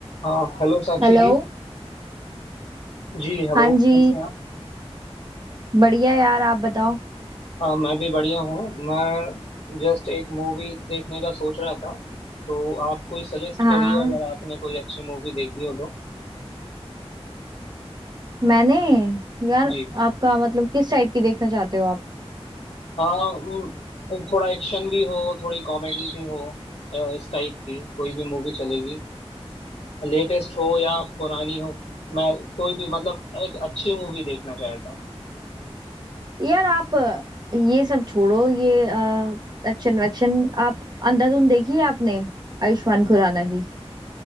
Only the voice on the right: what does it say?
Hello
हाँ जी
बढ़िया यार आप बताओ
हाँ
मैंने यार
आपका मतलब किस टाइप की देखना चाहते हो आप
यार आप अ, ये सब छोड़ो ये एक्शन वैक्शन आप अंधाधुन देखी है आपने आयुष्मान खुराना की